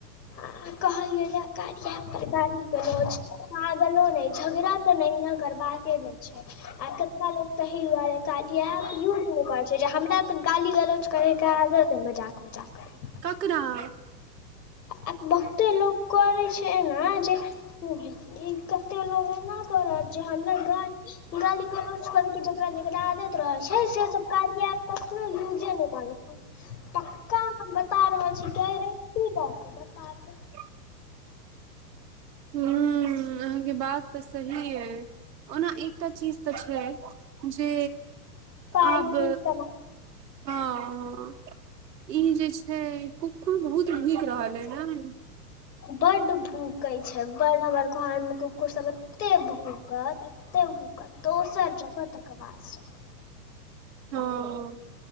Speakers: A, on the left; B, on the right.
A: आ कही लैया काली हायत त गाड़ी स <unintelligible> झगड़ा ते नहिये करबाका के ने छै आ कतबा लोग तहि दुआरे कार्या ऐप यूज नहि करै छै जे हमरा तऽ गाली गलोच करैके आदत मजाक मजाक मे।
B: ककरा?
A: आ बहुते लोक करैत छै एना जे ई कते लोक एना क रहल छै हमरा गा गाली गलोच करे के जेकरा जेकरा आदत रहै छै से सब कार्यां एप कखनो यूजे नहि करै छै पक्का हम बता रहल छी ग <inaudible>
B: त हु अहाँके बात तऽ सही यइ। ओना एकटा चीज तऽ छै जे
A: पाइ
B: आब
A: नीक कमा
B: हँ हँ। ई जे छै कुक्कुर बहुत भुइक रहल ये नय।
A: बड भूकैत छै बड हमर घर मे कुकुर सब एते भूकत इते भूकत दोसर जगह तक अवाज जाय
B: हँ